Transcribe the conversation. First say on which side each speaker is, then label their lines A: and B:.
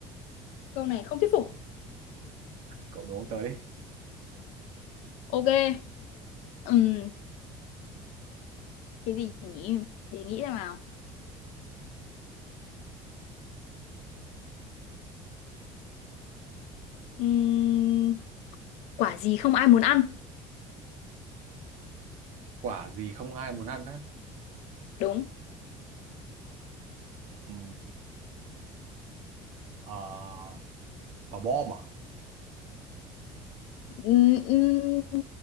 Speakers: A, on the left; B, on the right.
A: câu này không thuyết phục
B: cậu đố tớ đi
A: ok Ừm, cái gì nhỉ để nghĩ ra nào Ừm, quả gì không ai muốn ăn
B: quả gì không ai muốn ăn á
A: đúng
B: ừ. ờ, quả bom à
A: Ừm, ừm,